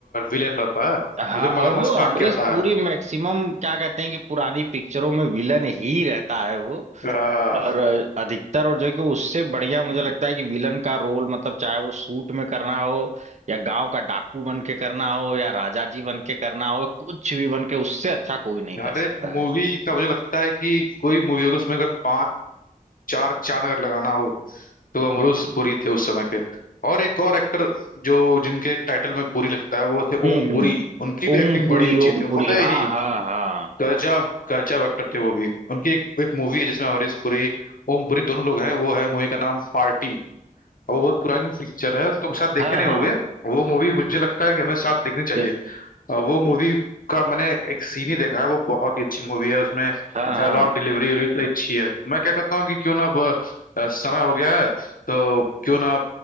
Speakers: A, on the left (about 70°); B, on the right (about 50°).
A: विलेन रहता है
B: हाँ
A: जिसमें मगरमच्छ
B: और वो अमरीश
A: टांग के आता
B: पूरी
A: है
B: मैक्सिमम क्या कहते हैं कि पुरानी पिक्चरों में विलन ही रहता है वो
A: आ,
B: और अधिकतर और जो है कि उससे बढ़िया मुझे लगता है कि विलन का रोल मतलब चाहे वो सूट में करना हो या गांव का डाकू बन के करना हो या राजा जी बन के करना हो कुछ भी बन के उससे अच्छा कोई नहीं
A: हर
B: कर
A: एक
B: सकता
A: मूवी
B: है
A: का मुझे लगता है कि कोई मूवी होगी उसमें अगर पांच चार चांद अगर लगाना हो तो वो अमरूज पुरी थे उस समय के और एक और एक्टर जो जिनके टाइटल में पुरी लगता है वो थे
B: हम्म
A: ओम पुरी
B: हम्म।
A: उनकी भी
B: ओम
A: एक्टिंग
B: पुरी
A: बड़ी अच्छी
B: ओम
A: थी
B: पुरी
A: बड़े
B: हाँ
A: ही
B: हाँ हाँ
A: गजब गजब एक्टर थे वो भी उनकी एक एक मूवी है जिसमें अमरीश पुरी ओम पुरी दोनों लोग हैं वो है मूवी का नाम पार्टी और वो बहुत पुरानी पिक्चर है तुम साथ देखे
B: हाँ
A: नहीं
B: हाँ
A: होगे वो मूवी मुझे लगता है कि हमें साथ देखनी चाहिए
B: यस
A: और वो मूवी का मैंने एक सीन ही देखा है वो बहुत ही अच्छी मूवी है उसमें
B: हाँ
A: डायलॉग
B: हाँ
A: डिलीवरी भी बड़ी अच्छी है मैं क्या कहता हूँ कि क्यों ना अब अ, समय हो गया है तो क्यों ना